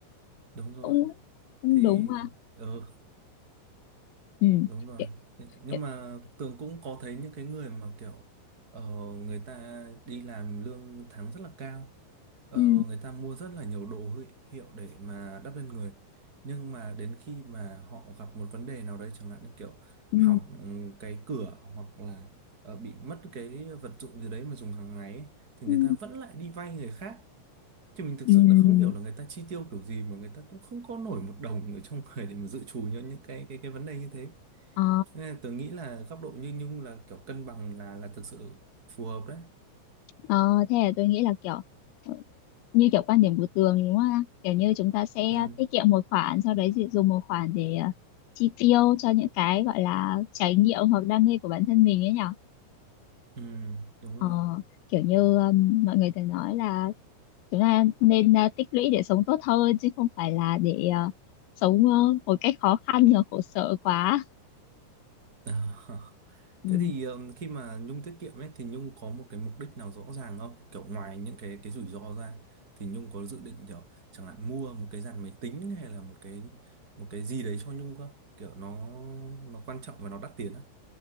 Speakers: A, on the right (about 20°); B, on the left (about 80°).
A: đúng rồi
B: cũng cũng
A: thì
B: đúng ha
A: ừ
B: ừ
A: Đúng rồi.
B: Kiểu-
A: Nh- Nhưng
B: kiểu-
A: mà Tường cũng có thấy những cái người mà kiểu ờ, người ta đi làm lương tháng rất là cao. Ờ,
B: ừ
A: người ta mua rất là nhiều đồ huy- hiệu để mà đắp lên người. Nhưng mà đến khi mà họ gặp một vấn đề nào đấy chẳng hạn như kiểu
B: ừ
A: hỏng cái cửa hoặc là ờ, bị mất cái vật dụng gì đấy mà dùng hàng ngày ấy, thì
B: ừ
A: người ta vẫn lại đi vay người khác. Thì mình thực
B: ừ
A: sự là không hiểu là người ta chi tiêu kiểu gì mà người ta cũng không có nổi một đồng ở trong <laughs> người để mà dự trù cho những cái cái cái vấn đề như thế
B: ờ
A: Thế nên tớ nghĩ là góc độ như Nhung là kiểu cân bằng là là thực sự phù hợp đấy.
B: ờ thế là tôi nghĩ là kiểu ờ, như kiểu quan điểm của Tường đúng không ạ? kiểu như chúng ta sẽ
A: Ừ,
B: tiết kiệm một khoản sau đấy thì dùng một khoản để ờ, chi tiêu cho những cái gọi là trải nghiệm hoặc đam mê của bản thân mình ấy nhở
A: ừ, đúng
B: ờ
A: rồi.
B: kiểu như ừm, mọi người thường nói là chúng ta nên ờ, tích lũy để sống tốt hơn chứ không phải là để ờ, sống ờ, một cách khó khăn và khổ sở quá
A: <laughs>
B: ừ
A: Thế thì ừm, khi mà Nhung tiết kiệm ấy thì Nhung có một cái mục đích nào rõ ràng không? Kiểu ngoài những cái cái rủi ro ra thì Nhung có dự định kiểu chẳng hạn mua một cái dàn máy tính hay là một cái một cái gì đấy cho Nhung không? Kiểu nó nó quan trọng và nó đắt tiền á.